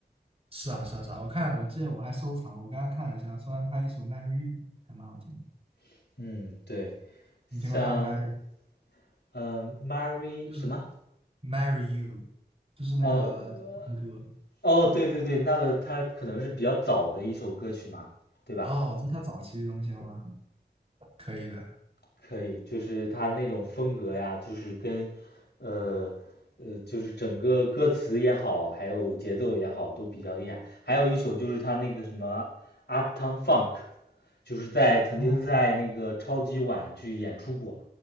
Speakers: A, on the right; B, on the left.
A: 是啊，是啊，是啊。我看我记得我还收藏了我刚刚看了一下，虽然他一首 Marry You 还蛮好听的
B: <laughs> 嗯，对，像
A: 你听过他的 Marry
B: 呃 Mary
A: 就是
B: 什么？
A: Marry You，就是那个情歌
B: 哦哦，对对对，那个它可能是比较早的一首歌曲嘛，对吧？
A: 哦，这是他早期的东西了吗？可以的。
B: 可以，就是它那种风格呀，就是跟，呃呃，就是整个歌词也好，还有节奏也好，都比较厉害。还有一首就是他那个什么 Uptown Funk，就是在曾经在那个超级碗去演出过。
A: 哦，